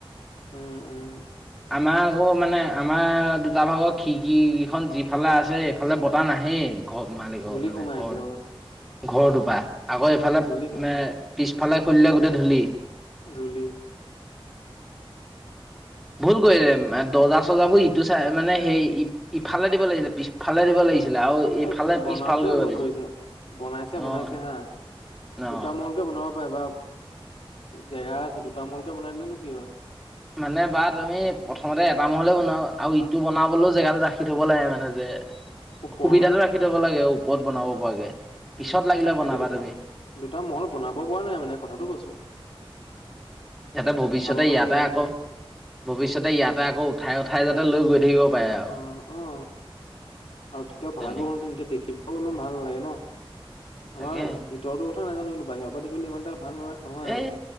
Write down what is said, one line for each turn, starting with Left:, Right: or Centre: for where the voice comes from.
Left: উম, উম।
Centre: আমাৰ আকৌ মানে আমাৰ দুটা ভাগৰ খিৰিকিকেইখন যিফালে আছে এইফালে বতাহ নাহেই ঘৰ মালিক
Left: ধূলি
Centre: মানে
Left: সোমাই
Centre: ঘৰ
Left: এইফালে অকল
Centre: ঘৰটোৰ পৰা আকৌ এফালে
Left: ধূলি সোমাই
Centre: পিছফালে খুলিলে গোটেই ধূলি
Left: ধূলি
Centre: ভুল কৰিলে দৰ্জা চৰ্যাবোৰ ইটো চাই মানে সেই ইফালে দিব লাগিছিলে পিছফালে দিব লাগিছিলে আৰু এইফালে
Left: এ
Centre: পিছফাল
Left: বনাওতে
Centre: কৰিব
Left: ভুল
Centre: লাগিছিলে
Left: কৰিছে বনাইছে বনাইছে
Centre: অঁ
Left: হা
Centre: অঁ
Left: দুটা মূৰলৈকে বনাব পাৰে বা জেগা আছে। যে দুটা মূৰলৈকে বনাই দিলে নো কি হয়?
Centre: মানে বা তুমি প্ৰথমতে এটা মহলে বনাও আৰু ইটো বনাবলৈও জেগাটো ৰাখি থব লাগে মানে। যে
Left: ওপৰত
Centre: সুবিধাটো ৰাখি থ'ব লাগে ওপৰত বনাব পৰাকে। পিছত
Left: উম,
Centre: লাগিলে
Left: তাকেইতো
Centre: বনাবা
Left: দু
Centre: তুমি
Left: দুটা মহল বনাব কোৱা নাই মানে কথাটো কৈছোঁ।
Centre: যাতে ভৱিষ্যতে
Left: কাৰণে
Centre: ইয়াতে
Left: জেগা ৰাখিব
Centre: আকৌ
Left: পৰা
Centre: ভৱিষ্যতে ইয়াতে আকৌ উঠাই উঠাই যাতে লৈ গৈ থাকিব পাৰে আৰু
Left: অ'-অ' আৰু তেতিয়া
Centre: তেনেকে
Left: ভালো হল তেন্তে দেখিবও ইমান ভাল নালাগে ন আমাৰ
Centre: তাকে
Left: ভিতৰতো কথা নাজানো কিন্তু বাহিৰৰ পৰা দেখিবলে ইমান এটা ভাল ন নহয় আৰু
Centre: এ,